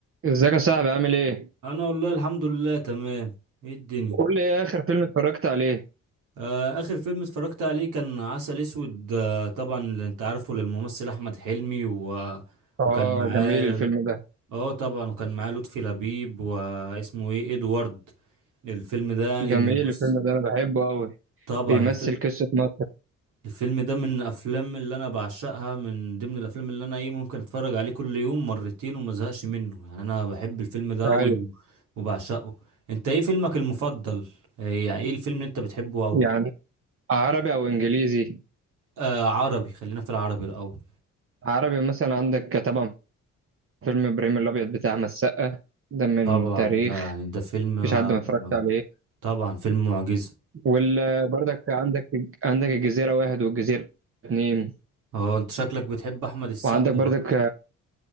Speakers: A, on the right; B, on the right.
A: ازيك يا صاحبي عامل ايه؟
B: انا والله الحمد لله تمام ايه الدنيا
A: قول لي ايه اخر فيلم اتفرجت عليه؟
B: آه اخر فيلم اتفرجت عليه كان عسل اسود آه طبعا اللي انت عارفه للممثل احمد حلمي و...
A: اه
B: وكان معاه
A: جميل الفيلم ده
B: اه طبعا وكان معاه لطفي لبيب واسمه ايه ادوارد الفيلم ده يعني
A: جميل
B: من- بص
A: الفيلم ده انا بحبه قوي
B: طبعا
A: بيمثل
B: الفيلم
A: قصة مصر
B: الفيلم ده من افلام اللي انا بعشقها من ضمن الافلام اللي انا ايه ممكن اتفرج عليه كل يوم مرتين وما ازهقش منه يعني انا بحب الفيلم ده
A: عارف
B: قوي و- وبعشقه انت ايه فيلمك المفضل إيه يعني ايه الفيلم اللي انت بتحبه قوي
A: يعني عربي او انجليزي
B: آه عربي خلينا في العربي الاول
A: عربي مثلا عندك طبعا فيلم ابراهيم الابيض بتاع احمد السقا ده من
B: طبعا
A: تاريخ
B: ده يعني ده فيلم آه،
A: مفيش حد ما اتفرجش
B: م-
A: عليه
B: طبعا فيلم معجزة
A: وبرضك عندك عندك الجزيرة واحد والجزيرة اتنين
B: اه انت شكلك بتحب احمد السقا
A: وعندك برضك
B: بقى